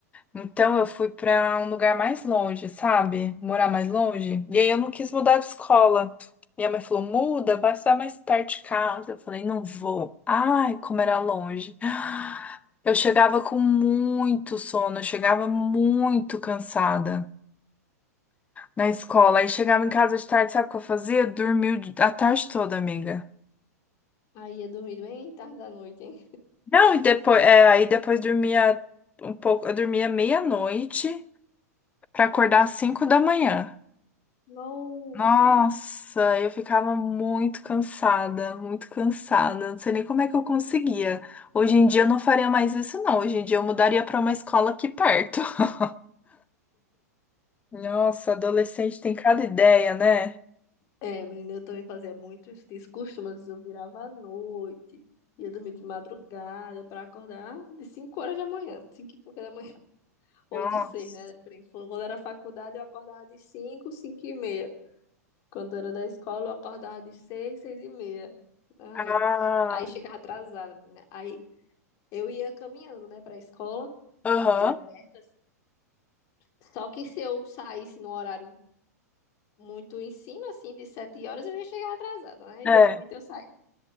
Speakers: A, on the left (about 15°); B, on the left (about 40°).
A: Então eu fui para um lugar mais longe, sabe? Morar mais longe. E aí eu não quis mudar de escola. Minha mãe falou: muda, vai estar mais perto de casa. Eu falei: não vou. Ai, como era longe. Eu chegava com muito sono, eu chegava muito cansada na escola. Aí chegava em casa de tarde, sabe o que eu fazia? Dormia o- a tarde toda, amiga.
B: Aí ia dormir bem tarde da noite, hein?
A: Não, e depois, é, aí depois dormia um pouco, eu dormia meia-noite pra acordar às cinco da manhã.
B: Nossa.
A: Nossa, eu ficava muito cansada, muito cansada. Não sei nem como é que eu conseguia. Hoje em dia eu não faria mais isso, não. Hoje em dia eu mudaria pra uma escola aqui perto. <laughs> Nossa, adolescente tem cada ideia, né?
B: É, menina, eu também fazia muito isso, descostume, mas eu virava à noite, ia dormir de madrugada pra acordar de 5 horas da manhã, 5 e pouca da manhã, <laughs> ou
A: Nossa.
B: de 6, né? depende. Quando era faculdade, eu acordava de 5, 5 e meia. Quando era da escola, eu acordava de 6, 6 e meia. Ai,
A: Ah,
B: aí chegava atrasada, menina. Aí eu ia caminhando, né, pra escola,
A: aham.
B: era perto, assim. Só que se eu saísse num horário muito em cima, assim, de 7 horas, eu ia chegar atrasada, né?
A: É.
B: Geralmente eu saía